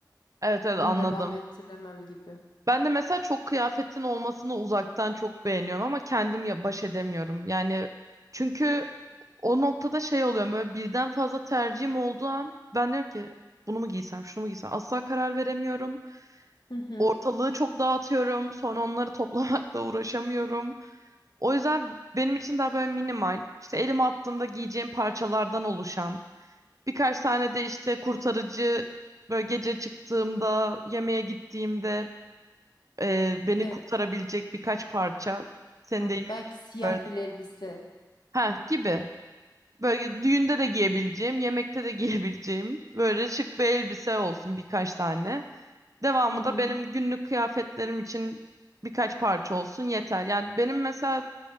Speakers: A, on the right; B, on the left.
A: evet evet
B: Onu
A: anladım.
B: devam ettiremem gibi.
A: Ben de mesela çok kıyafetin olmasını uzaktan çok beğeniyorum ama kendim ya baş edemiyorum. Yani çünkü o noktada şey oluyor böyle birden fazla tercihim olduğu an ben diyorum ki bunu mu giysem şunu mu giysem asla karar veremiyorum.
B: Hı hı.
A: Ortalığı çok dağıtıyorum sonra onları <laughs> toplamakla uğraşamıyorum. O yüzden benim için daha böyle minimal işte elime attığımda giyeceğim parçalardan oluşan birkaç tane de işte kurtarıcı böyle gece çıktığımda yemeğe gittiğimde ee, beni
B: Evet.
A: kurtarabilecek birkaç parça. Senin
B: Anladım.
A: deyimin
B: Belki siyah
A: böyle.
B: bir elbise.
A: Ha gibi. Böyle düğünde de giyebileceğim, yemekte de giyebileceğim böyle şık bir elbise olsun birkaç tane. Devamı
B: Hı hı.
A: da benim günlük kıyafetlerim için birkaç parça olsun yeter. Yani benim mesela